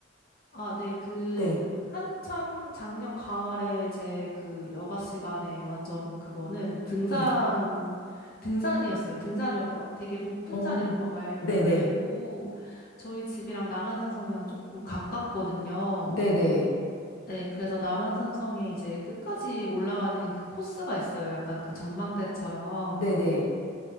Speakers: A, on the left; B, on the left.
A: 아, 네, 그,
B: 네.
A: 한참 작년 가을에 제 그 여가 시간에 완전 그거는 등산,
B: 네.
A: 등산이었어요. 등산 이렇게 막 되게 높은
B: 어,
A: 산 이런 거 말,
B: 네네.
A: 말고 저희 집이랑 남한산성이랑 조금 가깝거든요.
B: 네네.
A: 네, 그래서 남한산성에 이제 끝까지 올라가는 그 코스가 있어요. 약간 그 전망대처럼.
B: 네네.